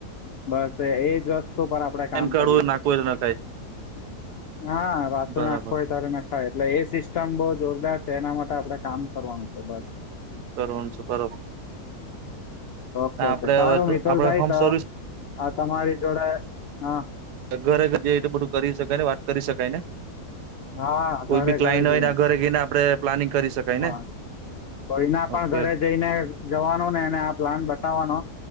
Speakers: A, on the left; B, on the right.
A: બસ એજ વસ્ તુ પણ આપણેે કામ
B: એમ કાઢવું
A: કરીએ.
B: નાખવું એ નખાય
A: હા વાસો
B: બરાબર
A: નાખો હોય તારે નાખાય એટલે એ સિસ્ટમ બઉ જોરદાર એના માટે આપડે કામ કરવાનું છે બસ.
B: <unintelligible>
A: ઓકે
B: આપડે
A: ઓકે સારું
B: હવે
A: મિતથુલભાઈ
B: આપડે હોમ
A: તો
B: સર્વિસ
A: આ તમારી જોડે હા.
B: ઘરે જએ તો બધું કરી શકાય ને વાત કરી શકાય ને?
A: હા
B: કોઈ
A: ઘરે
B: બી ક્લાઈન્ટ
A: ઘરે જઈને
B: હોયને ઘરે ગઈને આપડે પ્લાનિંગ કરી શકાય ને.
A: હા કોઈના પણ
B: ઓકે
A: ઘરે જઈને જવાનો ને એને આ પ્લાન બતાવવાનો.